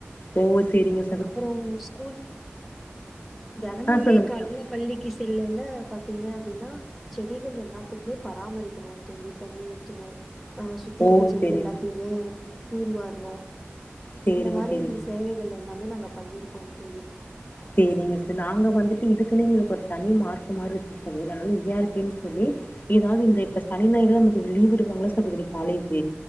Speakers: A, on the left; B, in the centre.
A: ஓ சேரிங்க
B: அப்புறோ ஸ்கூல் தினமுமே
A: ஆ சொல்லுங்க
B: காலையில
A: சொல்லுங்க
B: பள்ளிக்கு செல்லல்ல பாத்தீங்க அப்டினா செடிகள் எல்லாத்துக்குமே பராமரிக்கணுந் தோழி தண்ணி ஊத்தணு அ சுத்தி
A: ஓ
B: இருக்க செடி
A: செரி
B: எல்லாத்தையுமே தூர்வாரணு
A: சேரிங்க
B: இந்த மாரி
A: சேரிங்க
B: சேவைகள் எல்லாமே நாங்க பண்ணிருக்கோங் தோழி
A: சேரிங்க சே நாங்க வந்துட்டு இதுக்குன்னே எங்களுக்கு ஒரு தனி மார்க்கு மாரி இ ஆர் பின் சொல்லி எதாவது இந்த இப்ப சனி ஞாயிறுல நமக்கு லீவ் விடுவாங்கள்ள சகோதிரி காலேஜ்